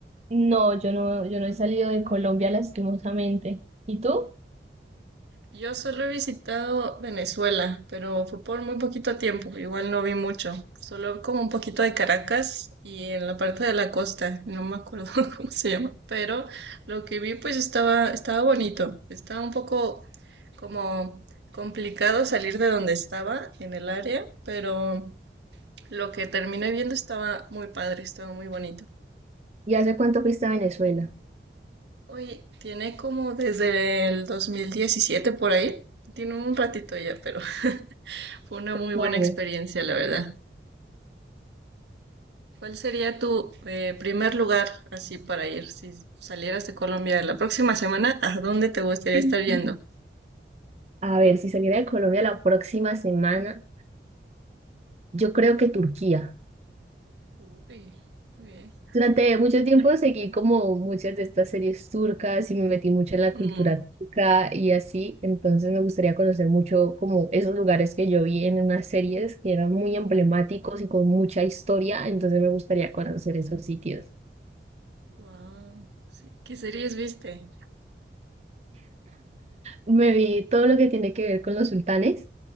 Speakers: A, on the right; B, on the right.
A: No, yo no, yo no he salido de Colombia lastimosamente. ¿Y tú?
B: Yo solo he visitado Venezuela, pero fue por muy poquito tiempo, igual no vi mucho, solo como un poquito de Caracas y en la parte de la costa, no me acuerdo <laughs> cómo se llama, pero lo que vi pues estaba, estaba bonito, estaba un poco como complicado salir de donde estaba en el área, pero lo que terminé viendo estaba muy padre, estaba muy bonito.
A: ¿Y hace cuánto fuiste a Venezuela?
B: Oye, tiene como desde el 2017 por ahí. Tiene un ratito ya, pero <laughs> fue una
A: Ocho
B: muy buena
A: años.
B: experiencia, la verdad. ¿Cuál sería tu eh, primer lugar así para ir si salieras de Colombia la próxima semana? ¿A dónde te gustaría
A: <laughs>
B: estar yendo?
A: A ver, si saliera de Colombia la próxima semana, yo creo que Turquía.
B: Uy, ok.
A: Durante mucho tiempo seguí como muchas de estas series turcas y me metí mucho en la cultura
B: Mm,
A: turca y así, entonces me gustaría conocer mucho como esos lugares que yo vi en unas series que eran muy emblemáticos y con mucha historia, entonces me gustaría conocer esos sitios.
B: wow, sí. ¿Qué series viste?
A: Me vi todo lo que tiene que ver con los sultanes,